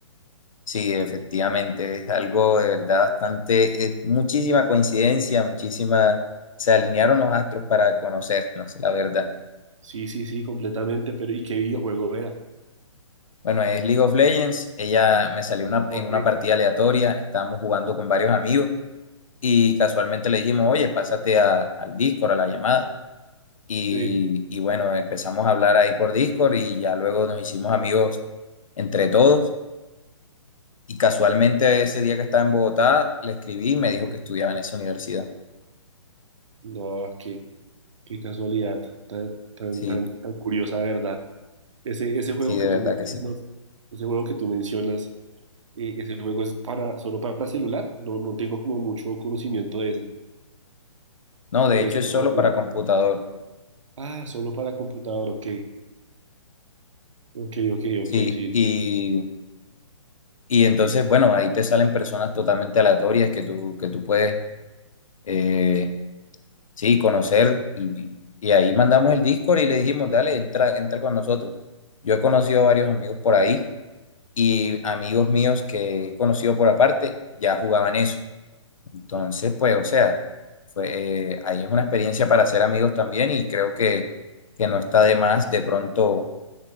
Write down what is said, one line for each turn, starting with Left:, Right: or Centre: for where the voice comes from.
Left: Sí, efectivamente, es algo de verdad bastante, eh, muchísima coincidencia, muchísima, se alinearon los astros para conocernos, la verdad.
Right: Sí, sí, sí, completamente, pero ¿y qué videojuego era?
Left: Bueno, es League of Legends, ella me salió una,
Right: Ok.
Left: en una partida aleatoria, estábamos jugando con varios amigos Y casualmente le dijimos, oye, pásate a- al Discord, a la llamada. Y,
Right: Sí.
Left: y bueno, empezamos a hablar ahí por Discord y ya luego nos hicimos amigos entre todos. Y casualmente ese día que estaba en Bogotá, le escribí y me dijo que estudiaba en esa universidad.
Right: No, qué, qué casualidad, tan, tan,
Left: Sí,
Right: tan, tan curiosa, ¿verdad? Ese, ese juego
Left: sí, de
Right: que
Left: verdad
Right: tú mencionas,
Left: que sí.
Right: ese juego que tú mencionas, eh, ese juego es para, solo para celular, no, no tengo como mucho conocimiento de ese.
Left: No, de
Right: O
Left: hecho
Right: ese-
Left: es Sí, solo
Right: o ese-
Left: para computador.
Right: Ah, solo para computador, ok. Ok, ok,
Left: Sí,
Right: ok, sí.
Left: y, y entonces, bueno, ahí te salen personas totalmente aleatorias que tú, que tú puedes eh, Sí, conocer y, y ahí mandamos el Discord y le dijimos, dale, entra, entra con nosotros. Yo he conocido a varios amigos por ahí y amigos míos que he conocido por aparte ya jugaban eso. Entonces, pues, o sea, fue, eh, ahí es una experiencia para hacer amigos también y creo que, que no está de más de pronto